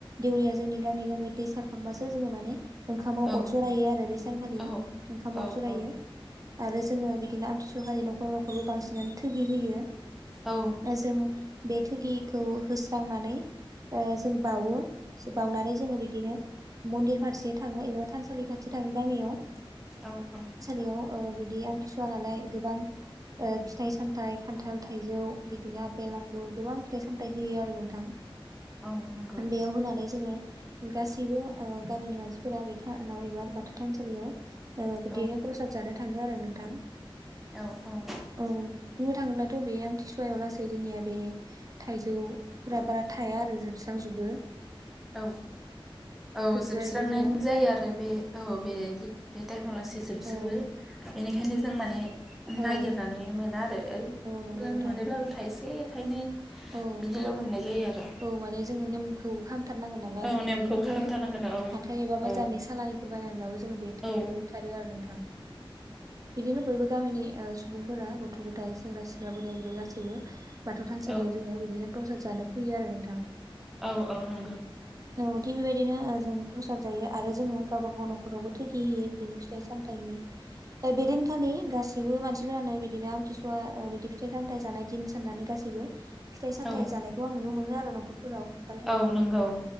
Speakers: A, on the right; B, in the centre.
A: दौरिया जोंनि गामि गामि दै सारखांबासो जोङो माने ओंखामाव
B: औ
A: अर जरायो आरो बे सानखालि
B: औ
A: ओंखाम अर
B: औ
A: जरायो।
B: औ
A: आरो जोङो बिदिनो आमथिसुखालि न'खर न'खरबो बांसिनानो थोगि होयो।
B: औ
A: ओ जों बे थोगिखौ होस्रांनानै ओ जों बावो बावनानै जोङो बिब्दिनो मन्दिर फारसे थाङो एबा थानसालि फारसे थाङो गामियाव।
B: औ औ।
A: इयाव ओ बिदि आमथिसुवा नालाय गोबां ओ फिथाइ सामथाइ खान्थाल, थाइजौ, बिदिनो आपेल, आंगुर गोबां फिथाइ-सामथाइ होयो आरो नोंथां।
B: औ नंगौ
A: बेयाव होनानै जोङो गासैबो ओ गामिनि मानसिफोरा बे थानाव एबा बाथौ थानसालियाव ओ बिदिनो
B: औ
A: प्रसाद जानो थाङो आरो नोंथां।
B: औ औ।
A: ओ बुंनो थाङोब्लाथ' बे आमथिसुवायाव लासै जोंनिया बे थाइजौफोरा बारा थाया आरो जोबस्रा जोबो।
B: औ औ जोबस्रांनायानो
A: बेबायदिनो जोङो
B: जायो आरो बे औ बे बे टाइमाव लासै जोब जोबो
A: औ
B: इनिखायनो जों माने
A: औ
B: नायगिरनानै मोना आरो। ओ अब्लाबो
A: औ नंगौ नोंथां
B: मोनोब्लाबो थाइसे थाइनै
A: औ
B: बिदिल' मोननाय जायो आरो
A: औ माने जोङो नेमखौ खाम थारनांगोन नालाय
B: औ नेमखौ
A: बिदिनो
B: खालामथारनांगोन
A: जोङो हाथाइ एबा बाजारनि
B: औ
A: सालानिफोर बायनानैबाबो जोङो बे थोगिखौ
B: औ
A: होथारो आरो नोंथां।
B: <inaudible>
A: बिदिनो बयबो गामिनि ओ सुबुंफोरा गथ'-गथाय, सेंग्रा-सिख्ला, बोराय-बुरै गासैबो बाथ सालियाव
B: औ
A: जोङो बिदिनो प्रसाद जानो फैयो आरो नोंथां।
B: औ औ नंगौ।
A: अ थिग बेबायदिनो ओ जों प्रसाद जायो आरो जोङो गावबा गाव न'खरावबो थोगि होयो बिदिनो फिथाइ-सामथाइनि। ओ बेदिनखालि गासिबो मानसिफोरानो बिदिनो आमथिसुवा ओ बिदि फिथाइ-सामथाइ जानाय दिन साननानै गासैबो फिथाइ-सामथाइ
B: औ
A: जानायखौ आं नुनो मोनो आरो न'खरफोराव खान्थाल, थाइजौ
B: औ नंगौ